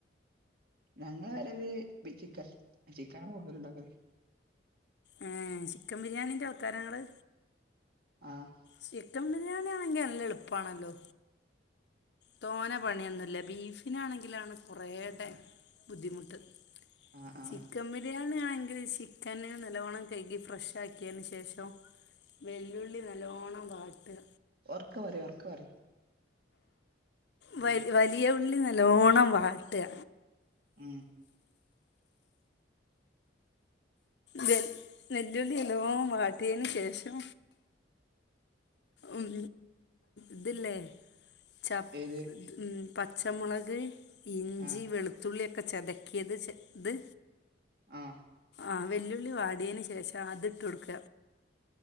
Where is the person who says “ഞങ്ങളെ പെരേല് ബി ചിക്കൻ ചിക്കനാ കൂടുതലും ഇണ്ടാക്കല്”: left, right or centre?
Right